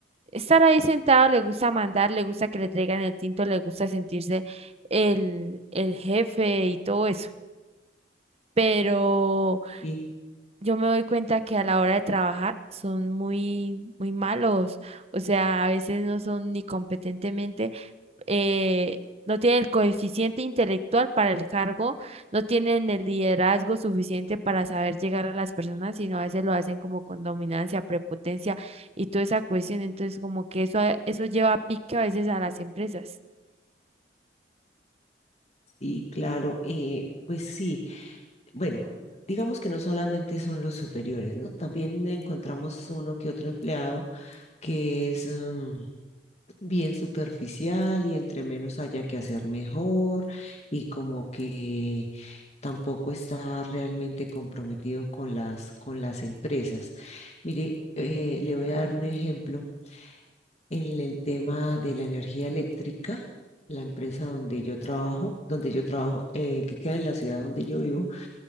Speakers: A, on the right (about 35°); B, on the left (about 35°).
A: estar ahí sentado, le gusta mandar, le gusta que le traigan el tinto, le gusta sentirse el, el jefe y todo eso. Pero
B: Y,
A: yo me doy cuenta que a la hora de trabajar son muy, muy malos. O sea, a veces no son ni competentemente, eh, no tienen el coeficiente intelectual para el cargo, no tienen el liderazgo suficiente para saber llegar a las personas, sino a veces lo hacen como con dominancia, prepotencia y toda esa cuestión. Entonces, como que eso, eso lleva a pique a veces a las empresas.
B: y claro, eh, pues sí. Bueno, digamos que no solamente son los superiores, ¿no? También encontramos uno que otro empleado que es mm, bien superficial y entre menos haya que hacer mejor y como que tampoco está realmente comprometido con las, con las empresas. Mire, eh, le voy a dar un ejemplo en el tema de la energía eléctrica. La empresa donde yo trabajo, donde yo trabajo, eh, que queda en la ciudad donde yo vivo,